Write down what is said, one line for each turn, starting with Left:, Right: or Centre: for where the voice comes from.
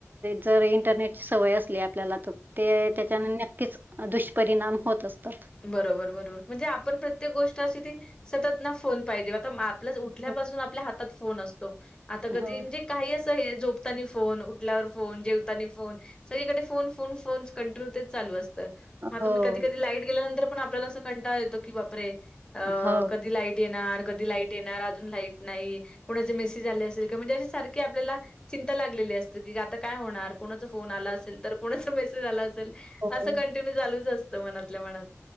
Right: जर इंटरनेटची सवय असली आपल्या ते त्याच्याने नक्कीच दुष्परिणाम होत असतात.
Left: बरोबर. बरोबर. म्हणजे आपण प्रत्येक गोष्ट अशी ती, सतत ना फोन पाहिजे आता उठल्यापासून
Right: हो,
Left: आपल्या हातात फोन असतो, आता कधी
Right: हो.
Left: म्हणजे काही असं, हे झोपतानी फोन, उठल्यावर फोन, जेवतानी फोन सगळीकडे फोन, फोन, फोन, कंन्टिन्युय ते चालू असतात. मग आता,
Right: हो,
Left: मी कधी कधी लाईट गेल्यानंतर पण आपल्याला असं कंटाळ येतो, की बापरे अ
Right: हो,
Left: कधी लाईट येणार, कधी लाईट येणार अजून लाईट नाही, कोणाचे मेसज आले असेल, म्हणजे अ सारखे आपल्याला चिंता लागलेली असते, की आता काय होणार, कोणाचा फोन आला असेल, तर कोणाचा मेसेज आला असेल असं
Right: हो.
Left: कंटिन्यू चालूच असतं, मनातल्या मनात.